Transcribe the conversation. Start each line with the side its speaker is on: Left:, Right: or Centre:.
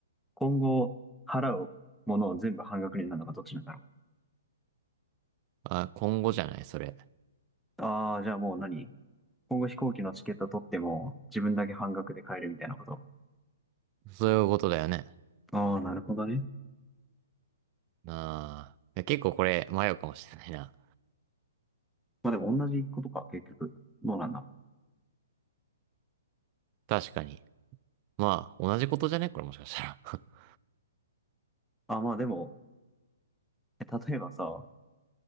Centre: 今後払うものを全部半額になるのか、どっちなんだろ
Right: あ、あ、今後じゃない、それ。
Centre: う。ああ、じゃあもう何今後飛行機のチケット取っても自分だけ半額で買えるみたいなこと。
Right: そういうことだよね。
Centre: ああ、なるほどね。
Right: あー、いや結構これ迷うかもしれないな。
Centre: まあでも同じことか、結局。どうなんだ。
Right: 確かに。まあ、同じことじゃねこれもしかしたら。<laughs>
Centre: あ、まあでも、え例えばさ、